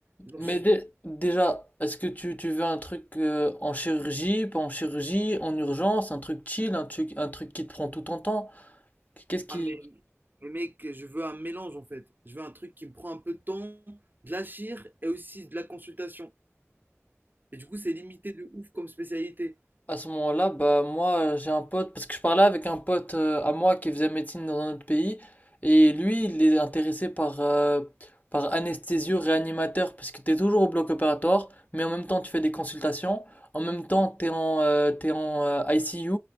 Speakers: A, on the right (about 40°); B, on the left (about 30°).
A: Genre,
B: Mais
A: je suis,
B: dé- déjà, est-ce que tu, tu veux un truc euh, en chirurgie, pas en chirurgie, en urgence, un truc chill, un truc, un truc qui te prend tout ton temps? Qu'est-ce qui,
A: ah, mais, mais mec, je veux un mélange, en fait. Je veux un truc qui me prend un peu de temps, de la chire et aussi de la consultation. Et du coup, c'est limité de ouf comme spécialité.
B: À ce moment-là, bah moi j'ai un pote, parce que je parlais avec un pote euh, à moi qui faisait médecine dans un autre pays, et lui il est intéressé par, euh, par anesthésio réanimateur, parce que t'es toujours au bloc opératoire, mais en même temps tu fais des consultations, en même temps t'es en, euh, t'es en euh, ICU,